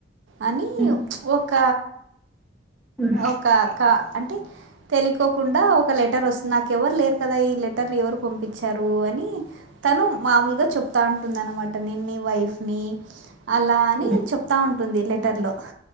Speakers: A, on the right; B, in the centre.
A: అని
B: హ్మ్.
A: ఒక
B: హ్మ్.
A: ఒక కా అంటే తెలికోకుండా ఒక లె టర్ వాస్ నాకెవర్ లేర్ కదా ఈ లెటర్ని ఎవరు పంపించారు అని తను మామూలుగా చెప్తా ఉంటుంది అనమా నేన్ ని వైఫ్ని అలా అని
B: హ్మ్.
A: చెప్తా ఉంటుంది లెటర్లో
B: హ్మ్.